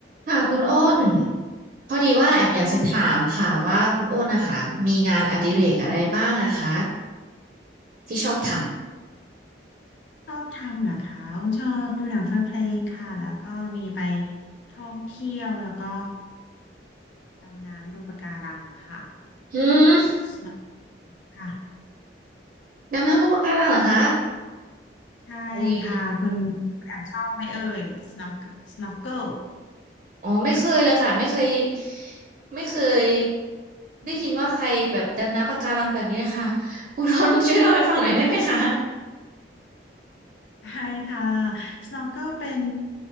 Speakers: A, on the right; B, on the left.
A: ค่ะคุณอ้นพอดีว่าแอมอยากจะถามค่ะว่าคุณอ้นนะคะมีงานอดิเรกอะไรบ้างอะคะ
B: ค่ะ
A: ที่ชอบท
B: ชอบทำเหรอคะอ้นชอบดูหนังฟังเพลงค่ะแล้วก็มีไปท่องเที่ยวแล้วก็ดำน้ำดูปะการังค่ะ
A: ำหืม
B: snorkel ค่ะ
A: ดำน้ำบนปะการังเหรอคะ
B: ใช่ค่ะคุณคุณแอบชอบไหมเอ่ย
A: อุ๊ย
B: snorkel snorkel
A: อ๋อไม่เคยเลยค่ะไม่เคยไม่เคยได้ยินว่าใครแบบดำน้ำปะการังแบบนี้นะคะคุณอ้น <laughs> ช่วยเล่าให้ฟังหน่อยได้ไหมคะ
B: ใช่ค่ะ snorkel เป็น